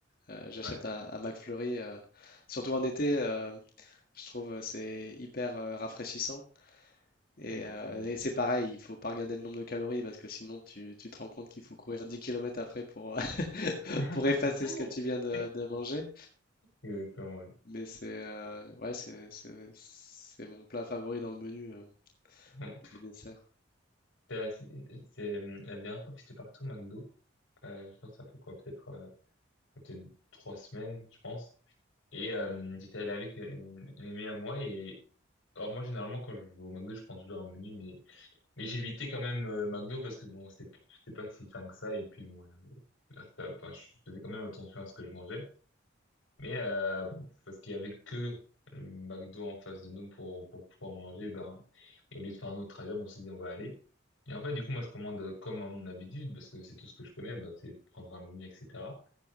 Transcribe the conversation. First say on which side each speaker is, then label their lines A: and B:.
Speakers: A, on the left; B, on the left.
A: euh, j'achète
B: Ouais,
A: un, un McFlurry. euh, surtout en été, euh, je trouve euh, c'est hyper euh, rafraîchissant. Et,
B: exactement.
A: euh, et c'est pareil, il faut pas regarder le nombre de calories parce que sinon tu, tu te rends compte qu'il faut courir 10 kilomètres après pour, <laughs>
B: <laughs>
A: pour effacer ce que tu viens de, de manger.
B: Exactement, ouais.
A: Mais c'est euh, ouais, c'est, c'est- c'est mon plat favori dans le menu, euh,
B: Ouais.
A: le dessert.
B: C'était assez- C'est euh, la dernière fois que j'étais parti au McDo. Euh, je pense que ça fait quoi? Peut-être euh, peut-être trois semaines, je pense. Et euh, j'étais allé avec une, une amie à moi. Et alors moi, généralement, quand je vais au McDo, je prends toujours un menu, mais Mais j'évitais quand même euh, McDo parce que bon, c'était c'était pas si fin que ça et puis bon, je, c'était- enfin, je faisais quand même attention à ce que je mangeais. Mais euh, bon, parce qu'il y avait que le McDo en face de nous pour pour pouvoir manger, eh ben et au lieu de faire un autre trajet, on s'est dit on va aller. Et en fait, du coup, moi je commande euh, comme à mon habitude parce que c'est tout ce que je connais, ben, c'est prendre un menu, etc.